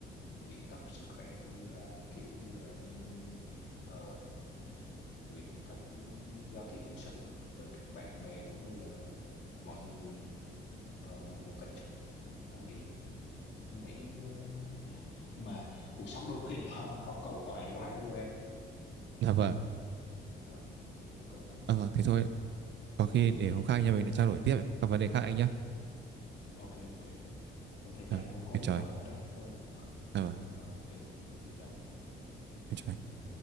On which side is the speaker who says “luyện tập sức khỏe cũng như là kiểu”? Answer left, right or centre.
Left